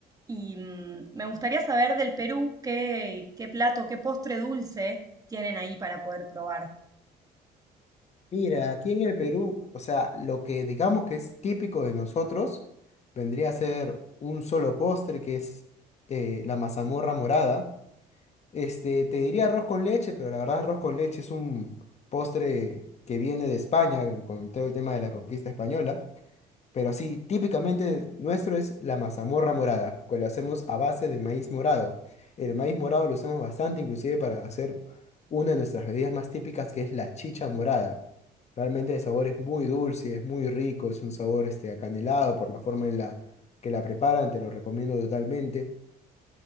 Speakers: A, on the right; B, on the left.
A: Y mm, me gustaría saber del Perú qué, qué plato, qué postre dulce tienen ahí para poder probar.
B: Mira, aquí en el Perú, o sea, lo que digamos que es típico de nosotros vendría a ser un solo postre que es eh, la mazamorra morada Este, te diría arroz con leche, pero la verdad arroz con leche es un postre que viene de España con todo el tema de la conquista española. Pero sí, típicamente nuestro es la mazamorra morada, que lo hacemos a base de maíz morado. El maíz morado lo usamos bastante, inclusive para hacer una de nuestras bebidas más típicas, que es la chicha morada. Realmente el sabor es muy dulce, es muy rico, es un sabor este, acanelado por la forma en la que la preparan, te lo recomiendo totalmente.